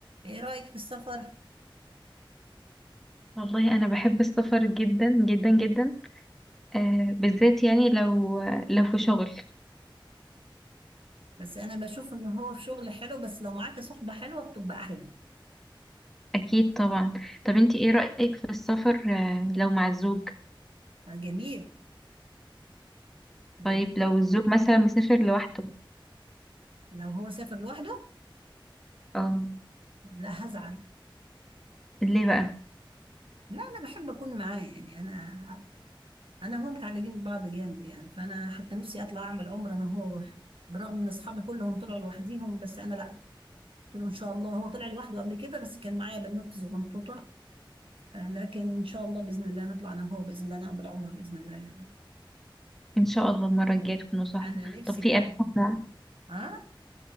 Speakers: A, on the right; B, in the centre.
A: ايه رأيك في السفر
B: والله انا بحب السفر جدا جدا جدا آه بالذات يعني لو لو في شغل
A: بس انا بشوف ان هو في شغل حلو بس لو معاكي صحبة حلوة بتبقى احلى
B: اكيد طبعا طب انت ايه رأيك في السفر آه لو مع الزوج
A: آه، جميل جميل
B: طيب لو الزوج مثلا مسافر لوحده
A: لو هو سافر لوحده
B: اه
A: لا هزعل
B: ليه بقى
A: لا انا بحب اكون معاه يعني انا انا هو متعلقين ببعض جامد يعني فانا حتى نفسي اطلع اعمل عمرة انا هو برغم ان اصحابي كلهم طلعوا لوحديهم بس انا لا قلت له ان شاء الله هو طلع لوحده قبل كده بس كان معايا بنات صغنطوطة آه، لكن ان شاء الله باذن الله نطلع انا وهو باذن الله نعمل عمرة باذن الله يعني
B: ان شاء الله المرة الجاية تكونوا صاحبه
A: انا نفسي
B: طب في
A: فعلا
B: اماكن مع-
A: ها